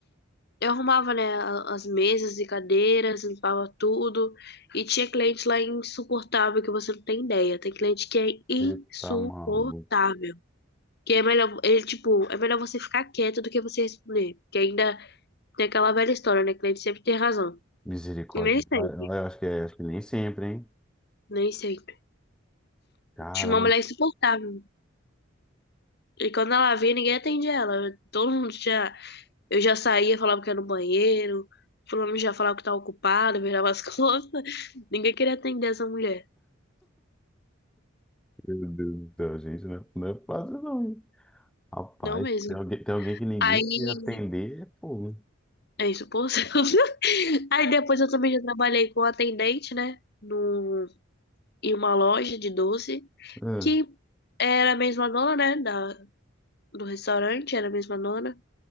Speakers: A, on the left (about 55°); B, in the centre.
A: Eu arrumava, né, a- as mesas e cadeiras, limpava tudo. E tinha cliente lá insuportável que você não tem ideia. Tem cliente que é insuportável.
B: Você tá maluco.
A: Que é melhor, ele, tipo, é melhor você ficar quieto do que você responder. Que ainda tem aquela velha história, né? Cliente sempre tem razão.
B: Misericórdia.
A: E nem sempre,
B: Ah, Eu acho que é, acho que nem sempre, hein?
A: nem sempre.
B: Caramba,
A: Tinha uma mulher insuportável. E quando ela vinha ninguém atendia ela. Todo mundo já. Eu já saía, falava que era no banheiro. Fulano já falava que tava ocupado, virava as <laughs> costas. Ninguém queria atender essa mulher.
B: meu Deus do céu, gente, não é, não é fácil não, hein? Rapaz,
A: Não mesmo.
B: tem alguém, tem alguém que ninguém
A: Aí,
B: ia atender, é fogo.
A: é isso, por <laughs> Aí depois eu também já trabalhei com atendente, né? Num, em uma loja de doce,
B: Ah,
A: que era a mesma dona, né? Da, do restaurante, era a mesma dona.